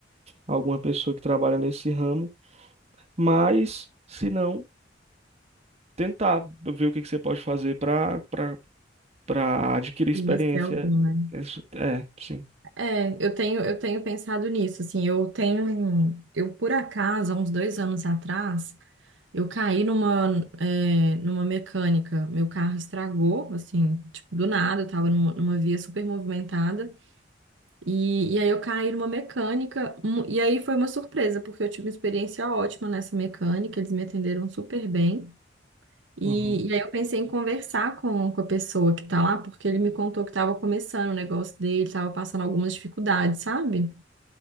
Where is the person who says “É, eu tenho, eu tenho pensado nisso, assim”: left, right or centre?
Right